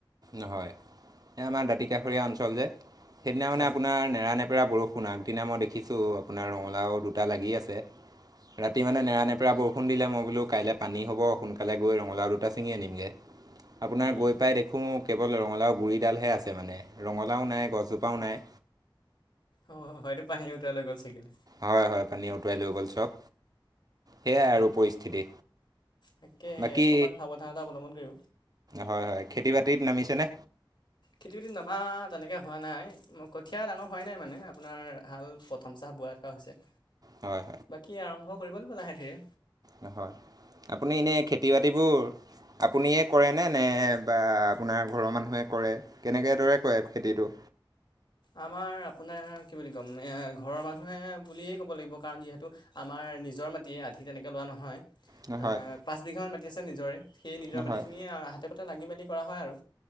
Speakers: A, on the right (about 50°); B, on the left (about 60°).
A: নহয়, এই আমাৰ দাঁতিকাষৰীয়া অঞ্চল যে সেইদিনা
B: হয়
A: মানে আপোনাৰ নেৰানেপেৰা বৰষু কোন আগদিনা মই দেখিছোঁ আপোনাৰ ৰঙালাও দুটা লাগি আছে। ৰাতি মানে নেৰা নেপেৰা বৰষুণ দিলে, মই বোলো কাইলৈ পানী হ'ব সোনকালে গৈ ৰঙালাও দুটা ছিঙি আনিমগে। আপোনাৰ
B: উম,
A: গৈ পাই দেখোঁ কেৱল ৰঙালাও গুড়িডালহে আছে মানে, ৰঙালাও নাই, গছজোপাও নাই।
B: অ' হয়টো পানী উটাই লৈ গ'ল ছাগিল।
A: হয় হয়, পানীয়ে উটুৱাই লৈ গ'ল চব। সেয়াই আৰু
B: উম,
A: পৰিস্থিতি।
B: তাকেহে
A: বাকী
B: অকণমান সাৱধানতা অৱলম্বন কৰিব
A: হয় হয়। খেতি বাতিত নামিছেনে?
B: খেতি বাতি নমা তেনেকৈ হোৱা নাই, মই কঠীয়া ডাঙৰ হোৱাই নাই মানে আপোনাৰ হাল প্ৰথম চাহ বোৱাত হৈছে,
A: হয়
B: বাকী আৰম্ভ কৰিব লাগিব লাহে ধিৰে।
A: নহয়, আপুনি এনে খেতি বাতিবোৰ আপুনিয়ে কৰেনে নে বা আপোনাৰ ঘৰৰ মানুহে কৰে? কেনেকে দৰে কৰে খেতিটো?
B: আমাৰ আপোনাৰ কি বুলি ক'ম, ঘৰৰ মানুহে বুলিয়েই ক'ব লাগিব কাৰণ যিহেতু আমাৰ নিজৰ মাটিয়ে, আধি তেনেকে লোৱা নহয়।
A: নহয়।
B: পাঁচ বিঘামান মাটি আছে নিজৰে, সেই নিজৰ
A: নহয়
B: মাটিখিনিয়ে হাতে পাতে লাগি মেলি কৰা হয় আৰু।